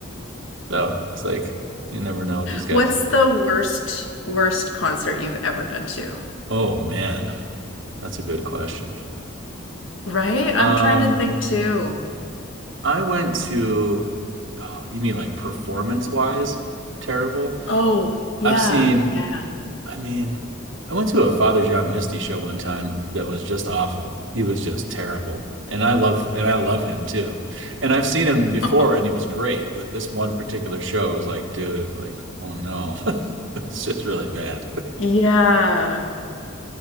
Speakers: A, on the right; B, on the left.
A: So it's like you never know with these guys.
B: What's the worst, worst concert you've ever been to?
A: Oh man, that's a good question.
B: Right? I'm
A: Um,
B: trying to think too.
A: I went to, oh, you mean like performance wise, terrible?
B: Oh, yeah.
A: I've seen,
B: Yeah.
A: I mean, I went to a Father John Misty show one time that was just awful. He was just terrible. And I love and I love him too. And I've seen him
B: <laughs>
A: before and he was great, but this one particular show was like, dude, like, oh no. <laughs> It's just really bad.
B: Yeah.